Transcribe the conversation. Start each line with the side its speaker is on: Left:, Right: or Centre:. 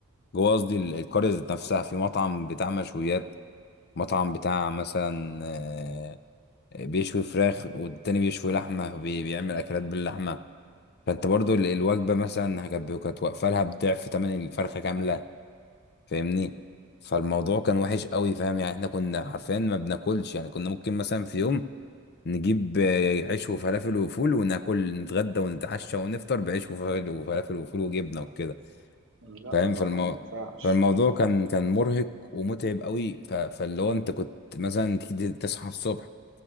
Left: جوه قصدي ال- القرية ذات نفسها في مطعم بتاع مشويات مطعم بتاع مثلا آه، بيشوي فراخ والتاني بيشوي لحمة وبيعمل أكلات باللحمة فأنت برضو ال- الوجبة مثلا كانت كانت واقفة لها بضعف تمن الفرخة كاملة فاهمني فالموضوع كان وحش قوي فاهم يعني احنا كنا حرفيا ما بناكلش يعني كنا ممكن مثلا في يوم نجيب آه، عيش وفلافل وفول وناكل نتغدى ونتعشى ونفطر بعيش وفلافل وفلافل وفول وجبنة وكده
Right: لا
Left: فاهم
Right: طبعا
Left: فالموضوع
Right: ما ينفعش
Left: فالموضوع كان كان مرهق ومتعب قوي ف... فاللي هو انت كنت مثلا تيجي تصحى الصبح